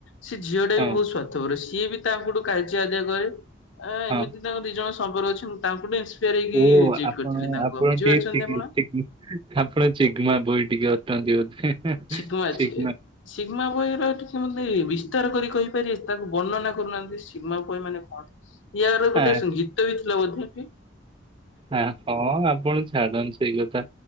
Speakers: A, on the left; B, on the right.
A: ସେ ଝିଅଟାବି
B: ହଁ
A: ବହୁତ୍ ସ୍ଵାର୍ଥପର ସିଏବି ତାଙ୍କଠୁ କାଯ୍ୟ ଆଦାୟ କରେ ଆ ଏମିତି
B: ହଁ
A: ତାଙ୍କ ଦି ଜଣ ସମ୍ପର୍କ ଅଛି ତାଙ୍କୁଠୁସାର ହେଇକି
B: ଓ ଆପଣ
A: କରିଥିଲି ତାଙ୍କୁ
B: ଆପଣ
A: ଆଉ ବୁଝିପାରୁଛନ୍ତି
B: ଟିକେ ଚିଗି
A: ଆପଣ।
B: ଚିଗି ଆପଣ ଚିଗ୍ମା ବହି ଟିକେ ଅଟନ୍ତି ବୋଧେ।
A: ଶିଗ୍ମା ଅଛି
B: ଚିଗ୍ମା
A: ଶିଗ୍ମା ବହିର ଟେ କରି କହିପାରିବେ ତାକୁ ବର୍ଣନା କରୁନାହାନ୍ତି ସିମାପ ମାନେ କଣ ୟାର
B: ହଁ
A: ଗୋଟେ ଗୀତବି ବ <unintelligible>
B: ଆ ହଁ ଆପଣ ଛାଡ଼ନ୍ତୁ ସେଇ କଥା